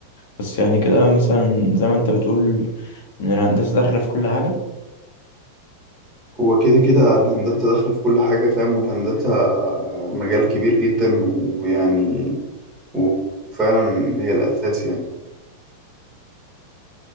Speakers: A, on the left; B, on the right.
A: بس يعني كده مثلا زي ما انت بتقول ان الهندسه داخله في كل حاجه
B: هو كده كده الهندسة داخلة في كل حاجة فاهم والهندسة مجال كبير جدا ويعني وفعلا هي الأساس